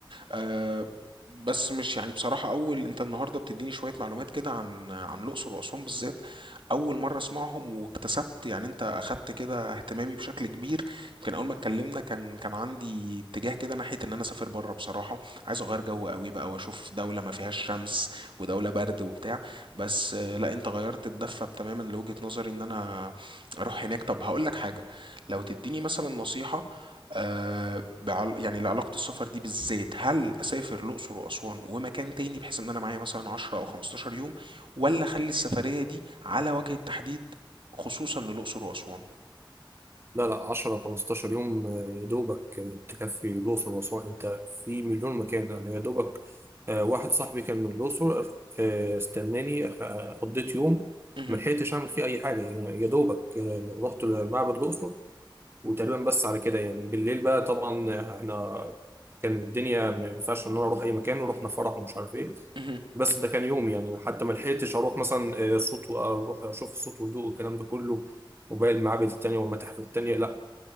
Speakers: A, on the right; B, on the right.
A: آه بس مش يعني بصراحة أول أنت النهاردة بتديني شوية معلومات كده عن عن الأقصر وأسوان بالذات أول مرة أسمعهم واكتسبت يعني أنت أخدت كده اهتمامي بشكل كبير يمكن أول ما اتكلمنا كان كان عندي اتجاه كده ناحية إن أنا أسافر بره بصراحة عايز أغير جو قوي بقى وأشوف دولة ما فيهاش شمس ودولة برد وبتاع بس آه، لا أنت غيرت الدفة تماما لوجهة نظري إن أنا أروح هناك طب هقول لك حاجة لو تديني مثلا نصيحة آه بعل... يعني لعلاقة السفر دي بالذات هل أسافر الأقصر وأسوان ومكان تاني بحيث إن أنا معايا مثلا 10 أو 15 يوم ولا أخلي السفرية دي على وجه التحديد خصوصا للأقصر وأسوان
B: لا لا 10 15 يوم آه، يا دوبك آه، تكفي الأقصر وأسوان أنت في مليون مكان أنا يا دوبك آه، واحد صاحبي كان من الأقصر آه، استناني آه، قضيت يوم
A: مهم.
B: ما لحقتش أعمل فيه أي حاجة يعني يا دوبك آه، رحت لمعبد الأقصر وتقريبا بس على كده يعني بالليل بقى طبعا آه، إحنا كان الدنيا ما ينفعش إن أنا أروح أي مكان ورحنا فرح ومش عارف إيه
A: مهم.
B: بس ده كان يوم يعني حتى ما لحقتش اروح مثلا آه، صوت واروح اشوف الصوت والضوء والكلام ده كله وباقي المعابد التانية والمتاحف التانية لا